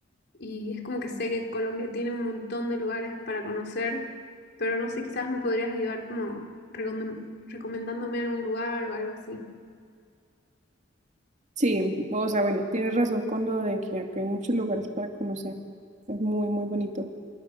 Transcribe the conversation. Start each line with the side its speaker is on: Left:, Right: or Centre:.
Left: y es como que sé que Colombia tiene un montón de lugares para conocer, pero no sé, quizás me podrías ayudar como recomend- recomendándome algún lugar o algo así.
Right: Sí, o sea, bueno, tienes razón con lo de que acá hay muchos lugares para conocer. Es muy, muy bonito.